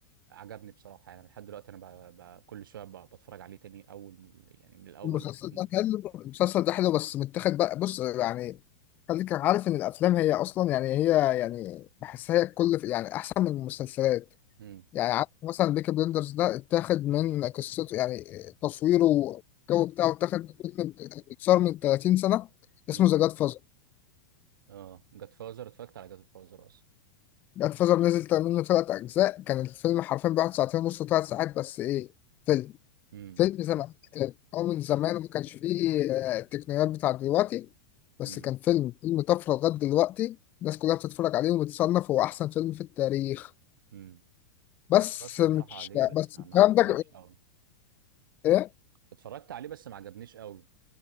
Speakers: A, on the right; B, on the left.
A: عجبني بصراحة يعني لحد دلوقتي انا ب... ب... كل شوية ب... بتفرج عليه تاني اول يعني من الاول
B: المسلسل
A: والجديد
B: ده حلو المسلسل ده حلو بس متاخد بقى بص يعني خليك عارف ان الافلام هي اصلا يعني هي يعني بحسها هي كل يعني احسن من المسلسلات
A: امم
B: يعني عارف مثلا بيكي بلندرز ده اتاخد من قصته يعني تصويره والجو بتاعه اتاخد من فيلم اتصور من 30 سنه
A: امم
B: اسمه ذا جاد فازر
A: اه جاد فازر اتفرجت على جاد فازر اصلا
B: جاد فازر نزل منه ثلاث اجزاء كان الفيلم حرفيا بيقعد ساعتين ونص ثلاث ساعات بس ايه فيلم
A: امم
B: فيلم زمان آه، أو من زمان ما كانش فيه آه، التقنيات بتاعت دلوقتي بس
A: امم
B: كان فيلم فيلم طفرة لغاية دلوقتي الناس كلها بتتفرج عليه وبتصنف هو أحسن فيلم في التاريخ
A: امم
B: بس
A: انا اتفرجت بصراحة
B: مش
A: عليه بس
B: بس
A: ما
B: الكلام
A: ما عجبنيش
B: ده
A: قوي
B: إيه؟
A: اتفرجت عليه بس ما عجبنيش قوي